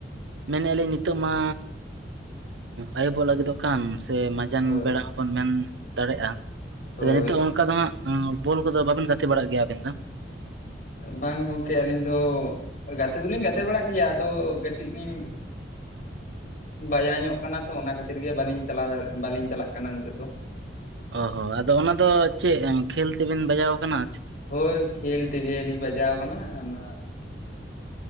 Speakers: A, on the right; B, on the left.
A: ᱢᱮᱱᱮᱫᱼᱟ ᱞᱤᱧ ᱱᱤᱛᱚᱜ ᱢᱟ ᱟᱭᱩᱵᱚᱜ ᱞᱟᱹᱜᱤᱫᱚᱜ ᱠᱟᱱ ᱥᱮ? ᱡᱟᱱ
B: ᱦᱳᱭ
A: ᱵᱮᱲᱟ ᱦᱚᱸ ᱵᱚᱱ ᱢᱮᱱ ᱫᱟᱲᱮᱭᱟᱜᱼᱟ
B: ᱦᱳᱭ
A: ᱛᱚᱵᱮ ᱱᱤᱛᱚᱜᱼᱼ ᱚᱱᱠᱟ ᱫᱚ ᱦᱜ ᱵᱚᱞ ᱠᱚᱫᱚ ᱵᱟᱵᱤᱱ ᱜᱟᱛᱮ ᱵᱟᱲᱟᱜ ᱜᱮᱭᱟ ᱟᱵᱤᱱ ᱫᱚ?
B: ᱵᱟᱝ ᱜᱚᱢᱠᱮ ᱟᱹᱞᱤᱧ ᱫᱚ᱾ ᱜᱟᱛᱮ ᱫᱚᱞᱤᱧ ᱜᱟᱛᱮ ᱵᱟᱲᱟᱜ ᱜᱮᱭᱟ ᱟᱫᱚ ᱠᱟᱹᱴᱤᱡ ᱞᱤᱧᱼᱼ ᱵᱟᱡᱟ ᱧᱚᱜ ᱠᱟᱱᱟ ᱛᱚ ᱚᱱᱟ ᱠᱷᱟᱹᱛᱤᱨ ᱜᱮ ᱵᱟᱞᱤᱧ ᱪᱟᱞᱟᱣ ᱫᱟᱲᱮᱭᱟᱜ ᱵᱟᱟᱹᱞᱤᱧ ᱪᱟᱞᱟᱜ ᱠᱟᱱᱟ ᱱᱤᱛᱚᱜ ᱫᱚ
A: ᱚ ᱦᱚᱸ ᱟᱫᱚ ᱚᱱᱟ ᱫᱚ ᱪᱮᱫ ᱠᱷᱮᱞ ᱛᱮᱵᱮᱱ ᱵᱟᱡᱟᱣ ᱠᱟᱱᱟ?
B: ᱦᱳᱭ ᱠᱷᱮᱞ ᱛᱮᱜᱮ ᱞᱤᱧ ᱵᱟᱡᱟᱣ ᱟᱠᱟᱱᱟ ᱚᱱᱟ᱾